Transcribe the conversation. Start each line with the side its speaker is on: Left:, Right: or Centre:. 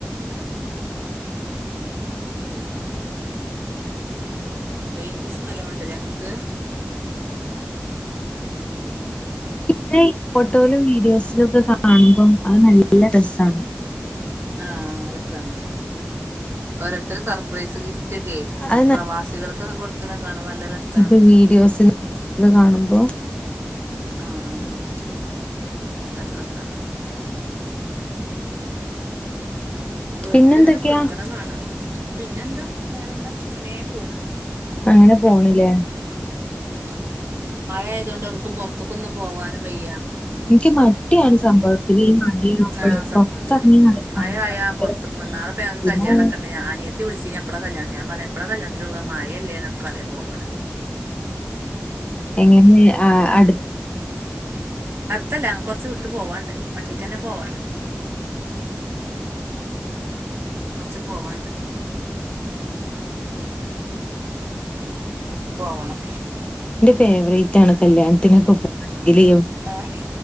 Right: റേഞ്ച് ഇഷൂ നല്ലേണ്ട്ല്ലേ ഇങ്ങക്ക്
Left: പിന്നെ ഈ ഫോട്ടോലും വീഡിയോസിലൊക്കെ കാണുമ്പം അഹ് നല്ല രസാണ്
Right: ആഹ് രസാണ് ഓരോരുത്തര് സർപ്രൈസ് ഗിഫ്റ്റൊക്കെ
Left: അത്
Right: പ്രവാസികൾക്കൊക്കെ കൊടുക്കണ കാണ്മ്പാ നല്ല രസ
Left: ഇപ്പോ വീഡിയോസിൽക്ക് ക്ക കാണുമ്പോ
Right: ആഹ് ആഹ് ആഹ് നല്ല രസാണ് ഓരോരുത്തര്
Left: പിന്നെന്തൊക്കെയാ
Right: ഇങ്ങനെ കൊടുക്കണ കാണാം പിന്നെന്താ വേറെന്താ ഇങ്ങനെ പോണ്
Left: അങ്ങനെ പോണ്ല്ലേ
Right: ഉം മഴയതോണ്ട് എവ്ടെക്കും പുറത്തക്കൊന്നും പോവാനും വെയ്യ
Left: എൻക്ക് മടിയാണ് സംഭവത്തില് ഈ മഴയാവുമ്പളേ
Right: ആ സംഭവത്തി
Left: പൊറത്തെറങ്ങി
Right: ഉം
Left: നടക്കാനൊക്കെ
Right: മയയായാ
Left: ഭയങ്കര
Right: പുറത്തേക്കന്നാ
Left: മടിയാ.
Right: നാള പിന്നെൻക്ക്കല്യാണക്കണ്ട്
Left: പിന്നെ
Right: അനിയത്തി വിളിച്ചിന് എപ്പോയാ കല്ല്യാണത്തി ഞാ പറഞ്ഞ് എപ്പള കല്ല്യണത്തിനോവ മയല്ലേ എന്നക്കെ പറയപ്പോളോട്
Left: എങ്ങനെ ആ അടുത്ത
Right: അടുത്തല്ല കൊറച്ച് വിട്ട് പോവാണ്ട് വണ്ടിക്കന്നെ പോവാണ്ട് കെറച്ച് പോവാൻണ്ട് ഒന്ന് പോവണം
Left: എന്റെ ഫേവറേറ്റ് ആണ് കല്യാണത്തിനൊക്കെ പോ
Right: ഏഹ്